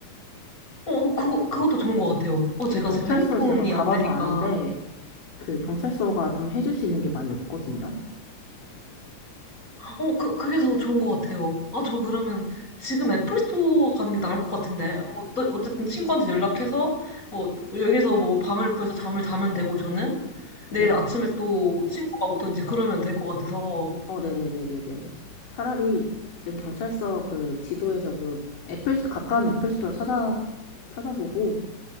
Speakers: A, on the left; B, on the left.
A: 어, 그거, 그것도 좋은 것 같아요. 어,
B: 지금
A: 제가
B: 경찰서
A: 지금 핸드폰이
B: 제가 가봐서
A: 안 되니까.
B: 아는데 그 경찰서가 좀 해줄 수 있는 게 많이 없거든요.
A: 어, 그, 그게 더 좋은 것 같아요. 아, 저 그러면 지금 애플 스토어 가는 게 나을 것 같은데. 어, 어쨌든 친구한테 연락해서, 뭐, 여기서 뭐 방을 구해서 잠을 자면 되고, 저는 내일
B: 네.
A: 아침에 또 친구가 오든지 그러면 될 것 같아서.
B: 어, 네네네네네. 차라리 지금 경찰서 그 지도에서 그 애플, 스토- 가까운 애플 스토어 찾아, 찾아보고